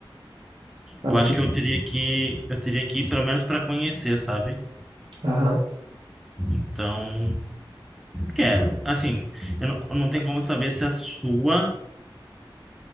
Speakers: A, on the right (about 65°); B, in the centre.
A: tá
B: Eu
A: me
B: acho
A: escutando?
B: que eu teria que, eu teria que ir pelo menos para conhecer, sabe?
A: Aham.
B: Então, quero. Assim, eu não, eu não tenho como saber se a sua